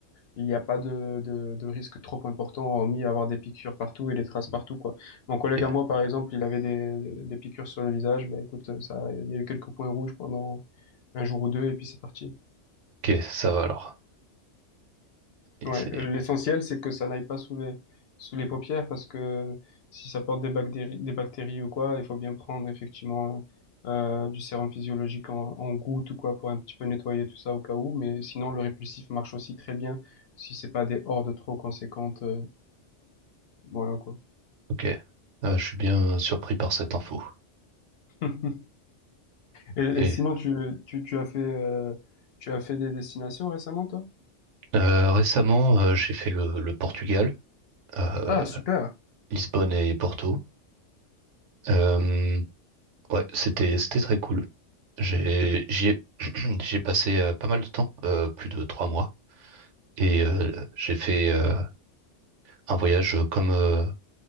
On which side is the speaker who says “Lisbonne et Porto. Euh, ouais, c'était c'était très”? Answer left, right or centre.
Right